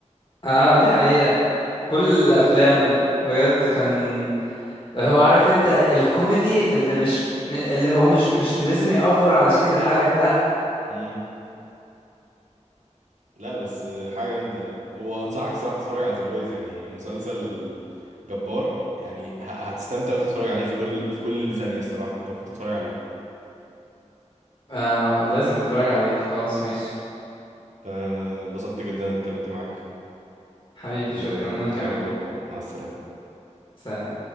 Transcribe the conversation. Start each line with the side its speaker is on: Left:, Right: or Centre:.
Left: اه دي حقيقه في كل افلامه بجد كان هو عارف انت الكوميدي اللي مش اللي هو مش مش لازم يأفور علشان يضحكك لا
Right: امم لا بس حاجة جامدة وأنصحك الصراحة تتفرج على ذا بويز يعني مسلسل جبار يعني ه- هتستمتع وتتفرج عليه في كل في كل ثانية الصراحة أنت المفروض تتفرج عليه
Left: آه لازم اتفرج عليه خلاص ماشي
Right: أنا اتبسطت جدا إن أنا اتكلمت معاك
Left: حبيبي
Right: نتقابل
Left: شكرا انا كمان
Right: بكرة مع السلامة
Left: سلام